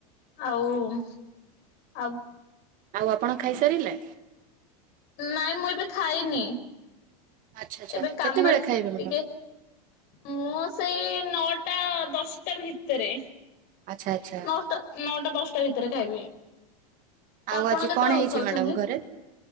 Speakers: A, on the left (about 55°); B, on the right (about 45°).
A: ଆଉମ୍, ଆଉ
B: ଆଉ ଆପଣ ଖାଇସାରିଲେ?
A: ନାଇଁ ମୁଁ ଏବେ ଖାଇନି,
B: ଆଚ୍ଛା ଆଚ୍ଛା
A: ଏବେ
B: କେତେବେଳେ
A: କାମରେ ଟିକେ
B: ଖାଇବେ ମ୍ୟାଡ଼ାମ?
A: ମୁଁ ସେଇ ନଅଟା ଦଶଟା ଭିତରେ।
B: ଆଚ୍ଛା ଆଚ୍ଛା
A: ନଅଟା, ନଅଟା ଦଶଟା ଭିତରେ ଖାଇବି। ତ
B: ଆଉ
A: ଆପଣ
B: ଆଜି
A: କେତେବେଳକୁ
B: କଣ ହେଇଛି
A: ଖାଉଛନ୍ତି?
B: ମ୍ୟାଡ଼ାମ୍ ଘରେ?